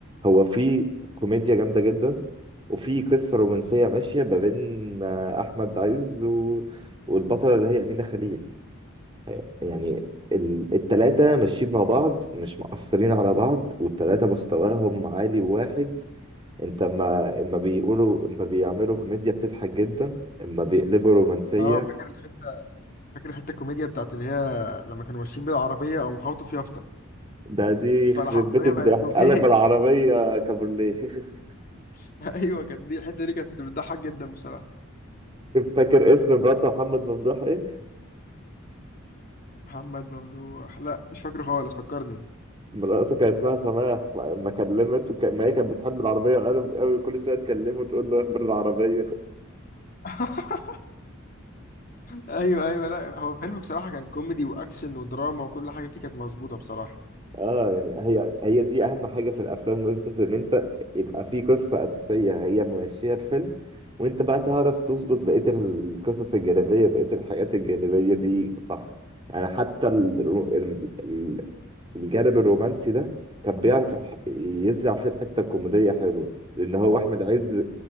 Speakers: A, on the right; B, on the left.
A: هو في كوميديا جامده جدا وفي قصه رومانسيه ماشيه ما بين آه، احمد عز و... والبطله اللي هي امينه خليل يعني ال- التلاتة ماشيين مع بعض مش مقصرين على بعض والتلاتة مستواهم عالي واحد انت اما اما بيقولوا اما بيعملوا كوميديا بتضحك جدا اما بيقلبوا رومانسية
B: اه فاكر الحته فاكر الحته الكوميديا بتاعت اللي هي لما كانوا ماشيين بالعربيه او خبطوا في يافطه
A: ده دي
B: فالعربيه
A: يخرب بيت الضحك
B: بقت كوميديا
A: قلب العربية كابورليه <laughs>
B: <laughs> ايوه كانت دي الحته دي كانت بتضحك جدا بصراحه
A: فاكر اسم مرات محمد ممدوح ايه؟
B: محمد ممدوح لا مش فاكره خالص فكرني
A: مراته كان اسمها سماح فلما كلمت وك... ما هي كانت بتحب العربية قوي قوي كل شوية تكلمه تقول له اخبار العربية
B: <laughs> ايوه ايوه لا هو فيلم بصراحه كان كوميدي واكشن ودراما وكل حاجه فيه كانت مظبوطه بصراحه
A: اه يعني هي هي دي اهم حاجه في الافلام من وجهه نظري ان انت يبقى في قصه اساسيه هي ماشيه الفيلم وانت بقى تعرف تظبط بقيه القصص الجانبيه بقيه الحاجات الجانبيه دي صح يعني حتى الرو... ال- ال- الجانب الرومانسي ده كان بيعرف يح- يزرع فيه الحته الكوميديه حلوه لان هو احمد عز